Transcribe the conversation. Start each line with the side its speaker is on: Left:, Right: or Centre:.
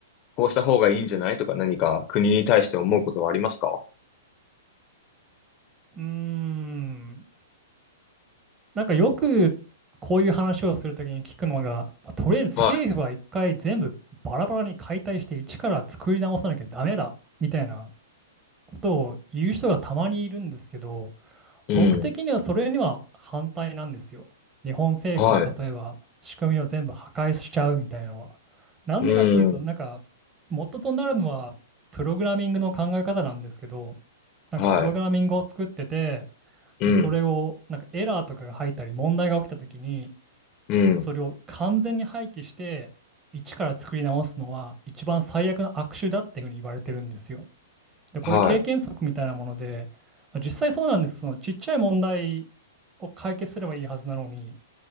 Left: こうした方がいいんじゃないとか何か国に対して思うことはありますか
Right: うーん。なんかよくこういう話をするときに聞くのが、まあとりあえず政府は一回全部バラバラに解体して一から作り直さなきゃダメだみたいな
Left: は
Right: ことを言う人がたまにいるんですけど、
Left: い。
Right: 僕的にはそれには反対なんですよ。
Left: うん。
Right: 日本政府の例えば仕組みを全部破壊しちゃうみたいなのは。
Left: はい。
Right: なんでかっていうと、
Left: うん。
Right: なんか元となるのはプログラミングの考え方なんですけど、なんかプログラミングを作ってて、
Left: はい。うん。
Right: で、それを、なんかエラーとかが入ったり、問題が起きたときに、
Left: うん。
Right: それを完全に廃棄して、一から作り直すのは、一番最悪の悪手だっていうふうに言われてるんですよ。で、これ経験則みたいなもので、
Left: は
Right: まあ実際そうなんです。そのちっちゃい問題を解決すればいいはずなのに、